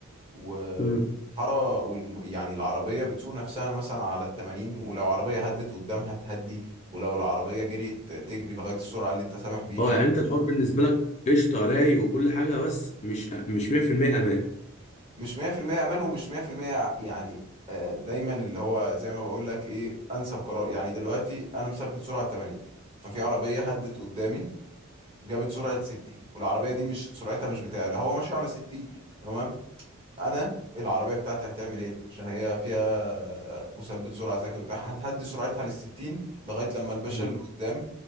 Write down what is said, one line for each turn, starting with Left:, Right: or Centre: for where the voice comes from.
Right: وحارة
Left: مم.
Right: والم... يعني العربية بتسوق نفسها مثلا على التمانين ولو عربية هدت قدامها تهدي ولو العربية جريت تجري لغاية السرعة اللي انت سامح بيها
Left: اه يعني انت الحوار بالنسبة لك قشطة رايق وكل حاجة بس مش مش 100% امان
Right: مش 100% أمان ومش 100% يعني آه، دايما اللي هو زي ما بقول لك ايه أنسب قرار يعني دلوقتي أنا مثبت سرعة 80 ففي عربية هدت قدامي جابت سرعة 60 والعربية دي مش سرعتها مش بتاعي لا هو ماشي على 60 تمام انا العربيه بتاعتي هتعمل ايه عشان هي فيها مثبت سرعه ذكي وبتاع هتهدي سرعتها للستين لغايه لما الباشا
Left: مم.
Right: اللي قدام